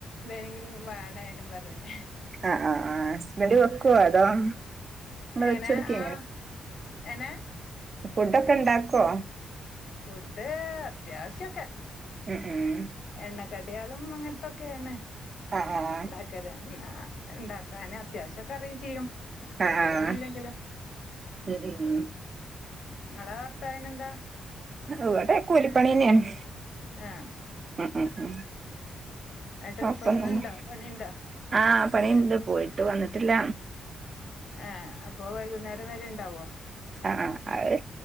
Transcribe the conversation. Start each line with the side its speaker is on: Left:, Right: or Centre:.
Left: ന്തേനെങ്കിലും വേണേനും പറഞ്ഞില്ലേ?
Right: ആഹ് ആഹ് ഹസ്ബന്റ് വെക്കുവോ അതോ? നിങ്ങള്
Left: എനെ
Right: വെച്ച് കൊടുക്കേ
Left: ആഹ് എനെ?
Right: ഫുഡൊക്ക്‌ണ്ടാക്കോ?
Left: ഫുഡ് അത്യാവശ്യൊക്കെ?
Right: മ്മ്ഹ് മ്മ്ഹ്
Left: എണ്ണക്കടയാളും അങ്ങനത്തൊക്കെയാണ്
Right: ആഹ് ആഹ്
Left: ഉണ്ടാക്കന്ന ന്നാ ഉണ്ടാക്കന്ന് അത്യാവശ്യംക്കെ അറിയയും ചെയ്യും
Right: ആഹ്
Left: അധികംന്നും
Right: ആഹ്
Left: ഇല്ലെങ്കിലോ
Right: ഉം ഉം
Left: നിങ്ങളെ ഭർത്തവിന എന്താ
Right: ഇവിടെ കൂലിപ്പണി എന്നെയാണ്
Left: ആഹ
Right: ഉം ഉം ഉം
Left: എട്ട്
Right: കൊഴപ്പൊന്നുല്ല
Left: ഇപ്പൊ ന്ന് ഇണ്ടോ പണിയുണ്ടോ
Right: ആഹ് പണിയുണ്ട് പോയിട്ട് വന്നിട്ടില്ല
Left: ഏഹ് അപ്പൊ വൈകുന്നേരം വരെ ഉണ്ടാവോ
Right: അ ആഹ് അഹ്